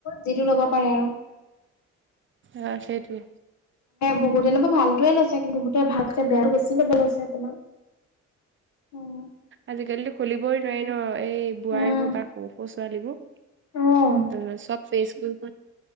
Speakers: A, on the left; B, on the right.
A: যিটো ল'ব পাৰে আৰু।
B: অ', সেইটোৱ।
A: বহুততেনুৱ ভালটোৱে লৈছে কিন্তু বহুতে ভালছে বেয়াটো বেছি লব লৈছে তোমাৰ। উম
B: আজিকালিতো খুলিবই নোৱাৰি ন। এই বোৱাৰীবোৰ
A: উম
B: বা সৰু-সৰু ছোৱালীবোৰ।
A: অ',
B: চব পেষ্ট কৰি-কৰি